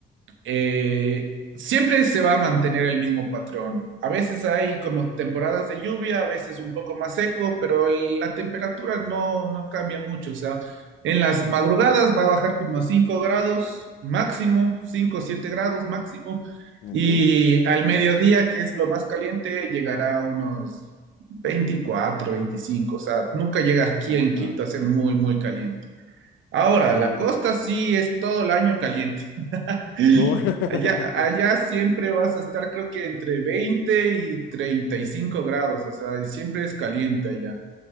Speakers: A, on the right; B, on the left.
A: eh, siempre se va a mantener el mismo patrón. A veces hay como temporadas de lluvia, a veces un poco más seco, pero el- la temperatura no, no cambia mucho. O sea, en las madrugadas va a bajar como a 5 grados máximo, 5 o 7 grados máximo,
B: Ok.
A: y al mediodía, que es lo más caliente, llegará a unos 24, 25. O sea, nunca llega aquí
B: Oh,
A: en
B: ajá.
A: Quito a ser muy, muy caliente. Ahora,
B: Sí,
A: la
B: o
A: costa sí
B: ujú.
A: es todo el año caliente. <gasps>
B: Oh,
A: Allá,
B: <laughs>
A: allá siempre vas a estar, creo que entre 20 y 35 grados, o sea, siempre es caliente allá.